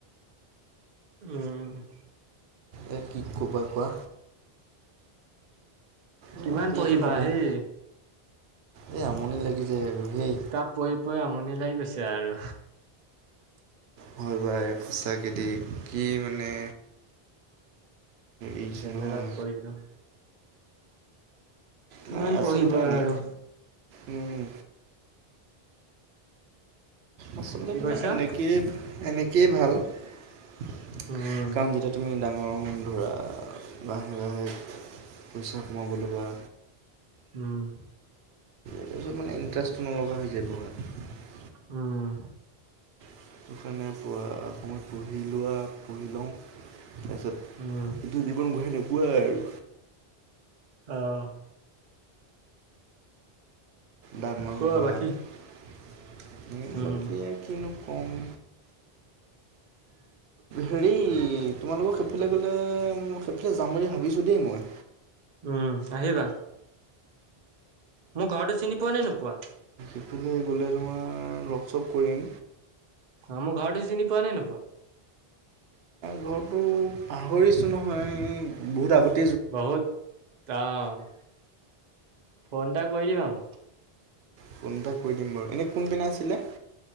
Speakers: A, on the right; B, on the right.
A: উম,
B: এই কি ক'বা কোৱা?
A: কিমান
B: মই বি
A: পঢ়িবা
B: এটো নপঢ়োঁ।
A: সেই?
B: এই আমনি লাগি যায় আৰু হেই।
A: কিতাপ পঢ়ি পঢ়ি আমনি লাগি গৈছে আৰু।
B: হয়, ভাইব সঁচাকৈ দেই কি মানে। এৰিছে
A: জেমেলাত
B: নহয়
A: পৰিলোঁ। কিমান
B: নাই আচলতে
A: পঢ়িবা
B: এনে
A: আৰু
B: উম, আচলতে
A: কি
B: তোমাৰ
A: কৈছা
B: এনেকেই এনেকেইয়ে ভাল। কাৰণ
A: উম
B: যেতিয়া তুমি ডাঙ ডাঙৰ গণ ধৰা লাহে লাহে পইচা কমাবলৈ লবা।
A: হুম,
B: তাৰপিছত মানে ইণ্টাৰেষ্টটো নলগা হৈ যায় পঢ়াত।
A: উম,
B: <unintelligible> অসমত পঢ়ি লোৱা পঢ়ি লওঁ তাৰপিছত
A: উম
B: এইটো জীৱন ঘূৰাই নোপোৱা আৰু।
A: অ',
B: ডাঙৰ
A: কোৱা
B: হবা
A: বাকী
B: এনেই এইবিলাক
A: উম
B: কি আৰু কিনো কম।
A: <inaudible>
B: হেৰি তোমালোকৰ সেইফালে গ'লে সেইফালে যাম বুলি ভাবিছোঁ দেই মই।
A: উম, আহিবা। মোৰ ঘৰটো চিনি পোৱা নে নোপোৱা?
B: ইফালে গ'লে তোমাৰ লগক চপ কৰিম।
A: অ' মোৰ ঘৰটো চিনি পোৱা নাই নোপুৱোৱা।
B: ঘৰটো পাহৰিছো নহয় বহুত আগতে
A: বহুত অ' ফোনটা কৰি দিবা মোক।
B: ফোন এটা কৈ দিম বাৰু, এনে কোনপিনানে আছিলে।